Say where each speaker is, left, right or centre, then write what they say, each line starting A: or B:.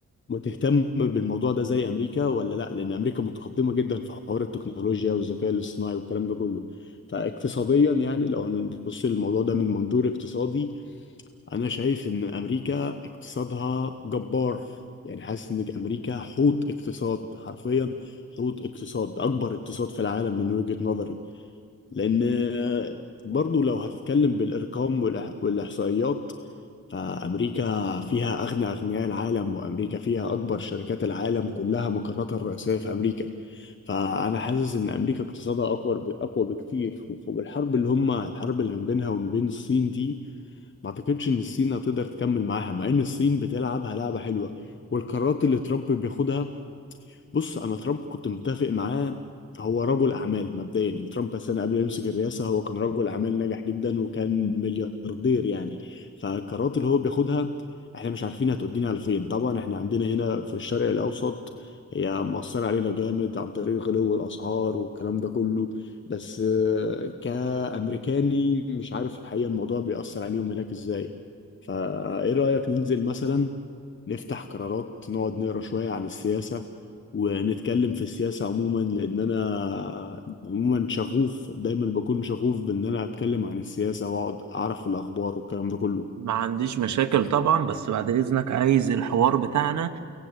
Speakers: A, on the left (about 40°); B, on the right (about 75°).
A: متهتم بالموضوع ده زي امريكا ولا لا لان امريكا متقدمه جدا في حوار التكنولوجيا والذكاء الاصطناعي والكلام ده كله فاقتصاديا يعني لو هنبص للموضوع ده من منظور اقتصادي انا شايف ان امريكا اقتصادها جبار يعني حاسس ان امريكا حوت اقتصاد حرفيا حوت اقتصاد اكبر اقتصاد في العالم من وجهة نظري لان آه، برضو لو هتتكلم بالارقام والإح- والاحصائيات فأمريكا فيها أغنى أغنياء العالم وأمريكا فيها أكبر شركات العالم كلها مقراتها الرئيسية في أمريكا فأنا حاسس إن أمريكا اقتصادها أقوى أقوى بكتير وبالحرب اللي هم الحرب اللي ما بينها وما بين الصين دي ما أعتقدش إن الصين هتقدر تكمل معاها مع إن الصين بتلعبها لعبة حلوة والقرارات اللي ترامب بياخدها بص انا ترامب كنت متفق معاه هو رجل اعمال مبدئيا يعني ترامب مثلا قبل ما يمسك الرئاسه هو كان رجل اعمال ناجح جدا وكان ملياردير يعني فالقرارات اللي هو بياخدها احنا مش عارفين هتودينا لفين طبعا احنا عندنا هنا في الشرق الاوسط هي مؤثره علينا جامد عن طريق غلو الاسعار والكلام ده كله بس آه، كامريكاني مش عارف الحقيقه الموضوع بيأثر عليهم هناك ازاي فايه رايك ننزل مثلا نفتح قرارات نقعد نقرا شويه عن السياسه ونتكلم في السياسة عموما لأن أنا عموما شغوف دايما بكون شغوف بإن أنا أتكلم عن السياسة وأقعد أعرف الأخبار والكلام ده كله
B: ما عنديش مشاكل طبعا بس بعد إذنك عايز الحوار بتاعنا